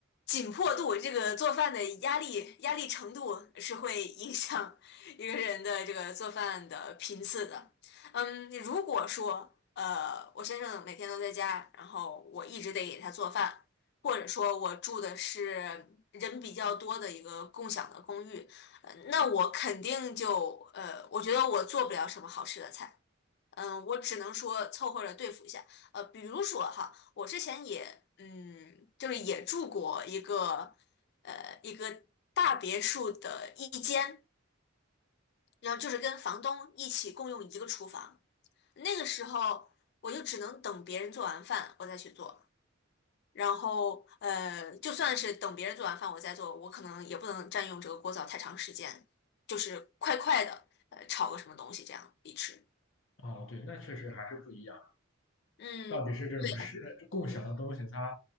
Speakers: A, on the left; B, on the left.
A: 紧迫度，这个做饭的压力压力程度是会影响一个人的这个做饭的频次的。嗯，如果说呃我先生每天都在家，然后我一直得给他做饭，或者说我住的是人比较多的一个共享的公寓，呃那我肯定就呃我觉得我做不了什么好吃的菜。嗯，我只能说凑合着对付一下。呃，比如说哈，我之前也嗯，就是也住过一个呃一个大别墅的一间，然后就是跟房东一起共用一个厨房。那个时候我就只能等别人做完饭我再去做，然后呃，就算是等别人做完饭我再做，我可能也不能占用这个锅灶太长时间，就是快快的呃炒个什么东西这样一吃。
B: 样。哦，对，那确实还是不一样。
A: 嗯，
B: 到底是这种是共享的东西，
A: 对，
B: 它